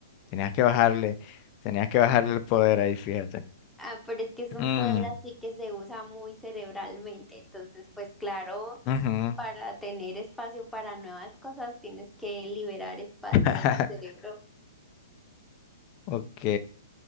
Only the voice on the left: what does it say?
Tenías que bajarle, tenías que bajarle el poder ahí, fíjate.
Mm,
ujú.
<laughs>
Ok.